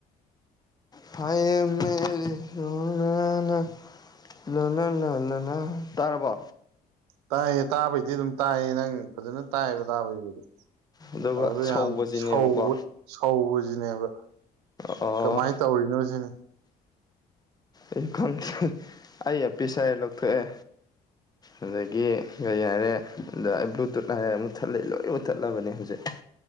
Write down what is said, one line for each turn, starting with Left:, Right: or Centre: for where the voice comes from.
Left: ꯐꯥꯏꯌꯦ ꯃꯦ ꯂꯣꯏꯅꯅꯥ ꯂꯣꯏꯅꯅ ꯂꯣꯏꯅꯅ ꯇꯥꯔꯕꯣ
Right: ꯇꯥꯏꯌꯦ ꯇꯥꯕꯩꯗꯤ ꯑꯗꯨꯝ ꯇꯥꯏꯌꯦ ꯅꯪ ꯐꯖꯅ ꯇꯥꯏꯌꯦꯕ ꯇꯥꯕꯩꯗꯨꯗꯤ
Left: ꯑꯗꯨꯒ
Right: ꯑꯗꯨꯗ
Left: ꯁꯧꯕꯁꯤꯅꯦꯕꯀꯣ
Right: ꯌꯥꯝ ꯁꯧꯕ ꯁꯧꯕꯁꯤꯅꯦꯕ
Left: ꯑꯣ
Right: ꯀꯃꯥꯏꯅ ꯇꯧꯔꯤꯅꯣ ꯁꯤꯅꯤ
Left: ꯑꯩ ꯈꯪꯗꯦ ꯑꯩ ꯌꯔꯄꯤꯁꯁꯦ ꯂꯧꯊꯣꯛꯑꯦ ꯑꯗꯒꯤ ꯀꯩ ꯍꯥꯏꯔꯦ ꯑꯗ ꯕ꯭ꯂꯨꯇꯨꯠ ꯍꯥꯏꯔꯦ ꯃꯨꯠꯊꯠꯂꯦ ꯂꯣꯏ ꯃꯨꯠꯊꯠꯂꯕꯅꯦ ꯍꯧꯖꯤꯛ